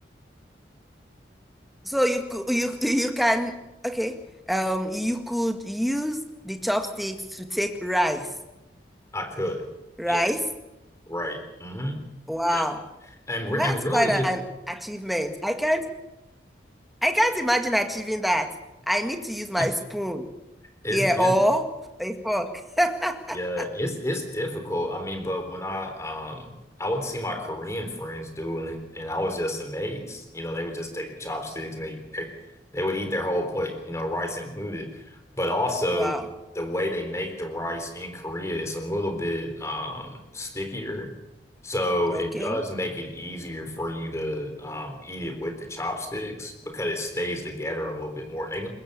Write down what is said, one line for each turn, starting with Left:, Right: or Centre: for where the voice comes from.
Centre: So you could you you can okay. Um, you could use the chopsticks to take rice.
Left: I could.
Centre: Rice?
Left: Yes. Right. hmm
Centre: Wow,
Left: Yeah. And re-
Centre: that's
Left: and really
Centre: quite an
Left: it
Centre: achievement. I can't I can't imagine achieving that. I need to use
Left: <laughs>
Centre: my spoon.
Left: is
Centre: Yeah, or a fork. <laughs>
Left: Yeah, it's it's difficult. I mean, but when I um I would see my Korean friends do and they- and I was just amazed. You know, they would just take the chopsticks and they pick they would eat their whole plate, you know, rice included. But also
Centre: Wow.
Left: the way they make the rice in Korea is a little bit um stickier. So
Centre: Okay.
Left: it does make it easier for you to um eat it with the chopsticks because it stays together a little bit more. They